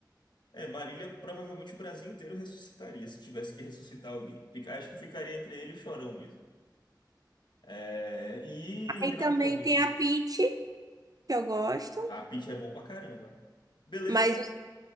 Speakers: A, on the left; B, on the right.
A: é, Marília, provavelmente o Brasil inteiro ressuscitaria se tivesse que ressuscitar alguém. Fica- Acho que ficaria entre ele e o Chorão mesmo. É, e
B: Aí
A: Renato
B: também
A: Russo.
B: tem a Pitty, que eu gosto,
A: A Pitty é bom pra caramba. Beleza
B: mas
A: que,
B: os-